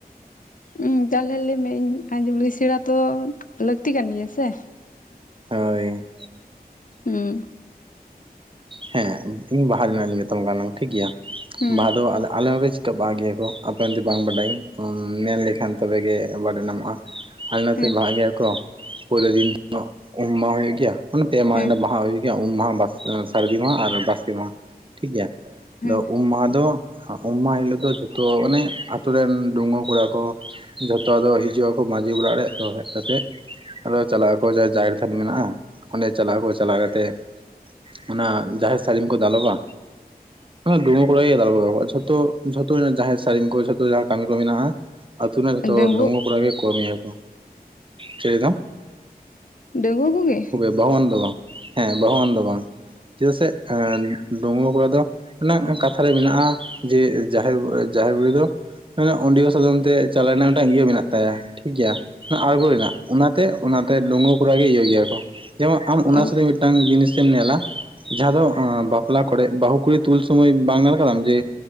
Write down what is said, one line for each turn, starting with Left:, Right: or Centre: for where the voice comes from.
Left: ᱦᱩᱸ ᱛᱟᱦᱚᱞᱮ ᱞᱟᱹᱭᱢᱮ ᱤᱧ ᱟᱸᱡᱚᱢᱞᱤᱜᱤᱧ ᱥᱮᱬᱟ ᱛᱚ ᱞᱟᱹᱠᱛᱤ ᱠᱟᱱ ᱜᱮᱭᱟ ᱥᱮ
Right: ᱦᱳᱭ
Left: ᱦᱮᱸ
Right: ᱦᱮᱸ ᱤᱧ ᱵᱟᱦᱟ ᱨᱮᱱᱟᱜ ᱤᱧ ᱢᱮᱛᱟᱢ ᱠᱟᱱᱟ ᱴᱷᱤᱠ ᱜᱮᱭᱟ
Left: ᱦᱩᱸ
Right: ᱵᱟᱦᱟ ᱫᱚ ᱟᱞᱮ ᱱᱚᱰᱮ ᱵᱟᱦᱟ ᱜᱮᱭᱟ ᱠᱚ ᱟᱯᱮ ᱚᱱᱛᱮ ᱵᱟᱝ ᱵᱟᱰᱟᱭᱟᱧ ᱢᱮᱱ ᱞᱮᱠᱷᱟᱱ ᱛᱚᱵᱮᱜᱮ ᱵᱟᱰᱟᱭ ᱧᱟᱢᱚᱜᱼᱟ ᱟᱞᱮ ᱱᱚᱛᱮ
Left: ᱦᱮᱸ
Right: ᱵᱟᱦᱟᱜ ᱜᱮᱭᱟ ᱠᱚ ᱯᱳᱭᱞᱳ ᱫᱤᱱ ᱫᱚ ᱩᱢᱚᱜ ᱦᱩᱭᱩᱜ ᱜᱮᱭᱟ ᱢᱟᱱᱮ ᱯᱮ ᱢᱟᱦᱟ
Left: ᱦᱮᱸ
Right: ᱵᱟᱦᱟ ᱦᱩᱭᱩᱜ ᱜᱮᱭᱟ ᱩᱢ ᱢᱟᱦᱟ ᱥᱟᱹᱨᱫᱤ ᱢᱟᱦᱟ ᱟᱨ ᱵᱟᱥᱠᱮ ᱢᱟᱦᱟ ᱴᱷᱤᱠᱜᱮᱭᱟ
Left: ᱦᱮᱸ
Right: ᱟᱫᱚ ᱩᱢ ᱢᱟᱦᱟ ᱫᱚ ᱩᱢ ᱢᱟᱦᱟᱸ ᱦᱤᱞᱳᱜ ᱫᱚ ᱡᱚᱛᱚ ᱚᱱᱮ ᱟᱛᱳ ᱨᱮᱱ ᱰᱩᱝᱜᱩᱣᱟ ᱠᱚᱲᱟ ᱠᱚ ᱡᱷᱚᱛᱚ ᱟᱫᱚ ᱦᱤᱡᱩᱜ ᱟᱠᱚ ᱢᱟᱹᱡᱷᱤ ᱚᱲᱟᱜ ᱨᱮ ᱟᱫᱚ ᱦᱮᱡ ᱠᱟᱛᱮᱫ ᱟᱫᱚ ᱪᱟᱞᱟᱜ ᱟᱠᱚ ᱡᱟᱦᱟᱸᱭ ᱡᱟᱦᱮᱨ ᱛᱷᱟᱱ ᱢᱮᱱᱟᱜᱼᱟ ᱚᱸᱰᱮ ᱪᱟᱞᱟᱜ ᱟᱠᱚ ᱪᱟᱞᱟᱣ ᱠᱟᱛᱮᱫ ᱚᱱᱟ ᱡᱟᱦᱮᱨ ᱥᱟᱞᱤᱢ ᱠᱚ ᱫᱟᱞᱚᱵᱟ ᱰᱩᱜᱩᱣᱟ ᱠᱟᱲᱟ ᱜᱮ ᱫᱟᱞᱚᱵᱼᱟ ᱡᱚᱛᱚ ᱡᱷᱚᱛᱚ ᱨᱮᱱᱟᱜ ᱡᱟᱦᱮᱨ ᱥᱟᱹᱲᱤᱢ ᱠᱚ ᱡᱷᱚᱛᱚ ᱡᱟᱦᱟᱸ ᱠᱟᱹᱢᱤ ᱠᱚ ᱢᱮᱱᱟᱜᱼᱟ ᱟᱛᱳ ᱨᱮᱱ ᱡᱚᱛᱚ
Left: ᱰᱟᱹᱜᱩᱣᱟᱹ
Right: ᱰᱩᱸᱜᱩᱣᱟ ᱠᱚᱲᱟ ᱜᱮ ᱠᱚᱢᱤᱭᱟᱠᱚ ᱪᱟᱹᱭᱮᱫᱟᱢ
Left: ᱰᱟᱸᱜᱩᱣᱟ ᱠᱚ ᱜᱮ
Right: ᱵᱟᱹᱦᱩᱣᱟᱱ ᱫᱚ ᱵᱟᱝ ᱦᱮᱸ ᱵᱟᱹᱦᱩᱣᱟᱱ ᱫᱚ ᱵᱟᱝ ᱪᱮᱫᱟᱜ ᱥᱮ ᱰᱩᱸᱜᱩᱣᱟ ᱠᱚᱲᱟ ᱫᱚ ᱚᱱᱟ ᱠᱟᱛᱷᱟ ᱨᱮ ᱢᱮᱱᱟᱜᱼᱟ ᱡᱮ ᱡᱟᱦᱮᱨ ᱡᱟᱦᱮᱨ ᱨᱮ ᱫᱚ ᱚᱰᱤᱭᱳ ᱥᱟᱫᱚᱢ ᱛᱮ ᱪᱟᱞᱟᱜ ᱨᱮᱱᱟᱜ ᱢᱤᱫᱴᱟᱝ ᱤᱭᱟᱹ ᱢᱮᱱᱟᱜ ᱛᱟᱭᱟ ᱴᱷᱤᱠ ᱜᱮᱭᱟ᱾ ᱟᱬᱜᱚ ᱨᱮᱱᱟᱜ ᱚᱱᱟᱛᱮ ᱚᱱᱟᱛᱮ ᱰᱩᱝᱜᱩᱣᱟ ᱠᱚᱲᱟ ᱜᱮ ᱤᱭᱟᱹ ᱜᱮᱭᱟ ᱠᱚ ᱡᱮᱢᱚᱱ ᱟᱢ ᱚᱱᱟᱥᱟᱨᱮ
Left: ᱚ
Right: ᱢᱤᱫᱴᱟᱝ ᱡᱤᱱᱤᱥᱮᱢ ᱧᱮᱞᱟ ᱡᱟᱦᱟᱸ ᱫᱚ ᱵᱟᱯᱞᱟ ᱠᱚᱨᱮ ᱵᱟᱹᱦᱩ ᱠᱩᱲᱤ ᱛᱩᱞ ᱥᱩᱢᱚᱭ ᱵᱟᱝ ᱧᱮᱞ ᱟᱠᱟᱫᱟᱢ ᱡᱮ